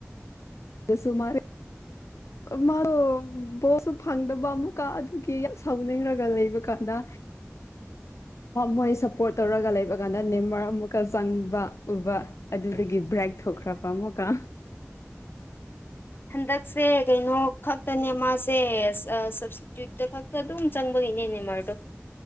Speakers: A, on the left; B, on the left.
A: ꯁꯨꯃꯔꯦ ꯃꯥ ꯕꯣꯠꯁꯨ ꯐꯪꯗꯕ ꯑꯃꯨꯛꯀ ꯑꯗꯨꯒꯤ ꯌꯥꯝ ꯁꯥꯎꯅꯤꯡꯔꯒ ꯂꯩꯕ ꯀꯥꯟꯗ ꯃꯣꯏ ꯁꯞꯄꯣꯔꯠ ꯇꯧꯔꯒ ꯂꯩꯕ ꯀꯥꯟꯗ ꯅꯦꯝꯃꯔ ꯑꯃꯨꯛꯀ ꯆꯪꯕ ꯎꯕ ꯑꯗꯨꯗꯒꯤ ꯕ꯭ꯔꯦꯛ ꯊꯣꯛꯈ꯭ꯔ ꯄ ꯑꯃꯨꯀ
B: ꯍꯟꯗꯛꯁꯦ ꯀꯩꯅꯣ ꯈꯛꯇꯅꯦ ꯃꯥꯁꯦ ꯁꯞꯁꯇꯤꯇ꯭ꯌꯨꯠꯇ ꯈ ꯑꯗꯨꯝ ꯆꯪꯕ ꯏꯅꯦꯅꯦ ꯃꯥꯣ